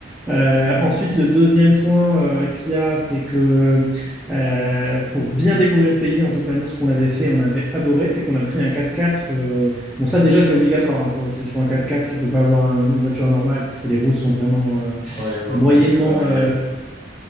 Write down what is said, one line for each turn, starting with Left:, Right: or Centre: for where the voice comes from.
Centre: Euh, ensuite, le deuxième point euh, qu'il y a, c'est que euh, pour bien découvrir le pays, en tout cas nous, ce qu'on avait fait, on avait adoré, c'est qu'on a pris un quatre-quatre. euh, bon, ça déjà, c'est obligatoire. hein, pour, si tu fais un quatre-quatre, tu peux pas avoir un- une voiture normale parce que les routes sont vraiment euh,
Left: Ouais, au
Centre: moyennement.
Left: au Mali, c'est pareil.
Centre: euh,